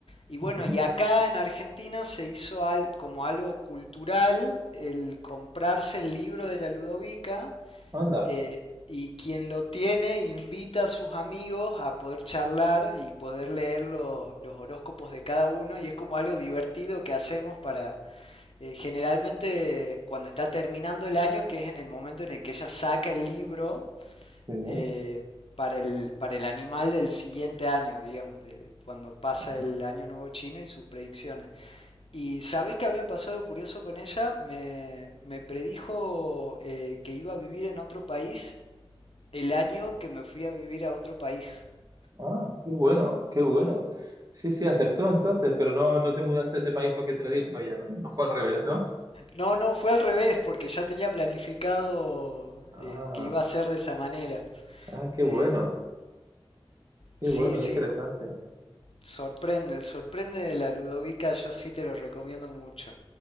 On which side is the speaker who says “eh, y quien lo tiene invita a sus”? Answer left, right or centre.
Left